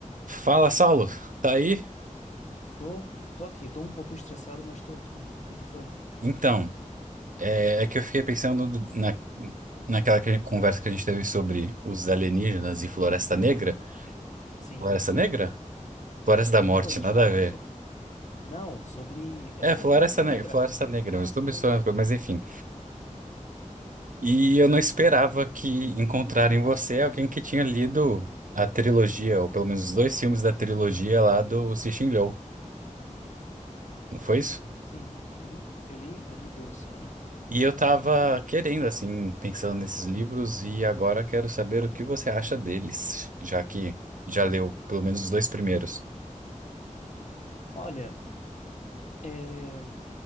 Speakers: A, on the right; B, on the left.
A: Fala, Saulo, tá aí?
B: Tô, tô aqui, tô um pouquinho estressado, mas tô aqui. O que que foi?
A: Então, é, é que eu fiquei pensando na, naquela que- conversa que a gente teve sobre os alienígenas e Floresta Negra.
B: Sim.
A: Floresta Negra? Floresta da Morte,
B: Foi, a gente
A: nada
B: falou
A: a ver.
B: so... Não, sobre. É
A: É,
B: sobre
A: Floresta
B: a Floresta Negra.
A: Negra, Floresta Negra,
B: É
A: eu estou
B: isso
A: misturando,
B: mesmo.
A: as coisas, mas enfim. E eu não esperava que encontrar em você alguém que tinha lido a trilogia, ou pelo menos os dois filmes da trilogia lá do Cixin Liu. Não foi isso?
B: Sim. Uhum. Eu li, eu li dois só, né?
A: E eu tava querendo, assim, pensando nesses livros e agora quero saber o que você acha deles, já que já leu pelo menos os dois primeiros
B: Olha, é,